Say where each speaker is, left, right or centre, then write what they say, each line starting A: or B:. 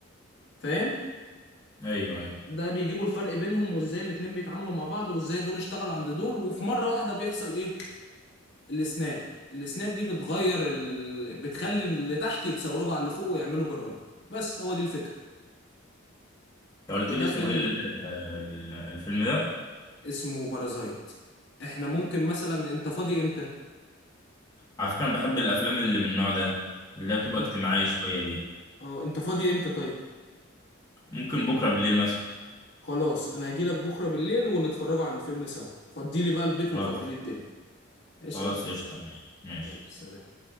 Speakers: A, on the left; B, on the left.
A: فاهم
B: ايوه ايوه
A: ده بيجيبوا الفرق بينهم وازاي الاتنين بيتعاملوا مع بعض وازاي دول اشتغلوا عند دول وفي مرة واحدة بيحصل ايه السناب السناب دي بتغير ال... بتخلي اللي تحت يتصوروا على اللي فوق ويعملوا جرايم بس هو دي الفكرة
B: انت
A: فده
B: قلت لي اسمه
A: فيلم
B: ايه ال- ال- الفيلم ده
A: اسمه بارازايت احنا ممكن مثلا انت فاضي امتى
B: على فكره انا بحب الافلام اللي من النوع ده اللي هي بتبقى
A: انت
B: اجتماعيه شويه دي
A: اه انت فاضي امتى طيب
B: ممكن بكره بالليل مثلا
A: خلاص انا هجيلك بكرة بالليل ونتفرجوا على الفيلم سوا فضيلي بقى البيت
B: خلاص
A: وفضيلي الدنيا ماشي
B: خلاص قشطه ماشي ماشي
A: يلا سلام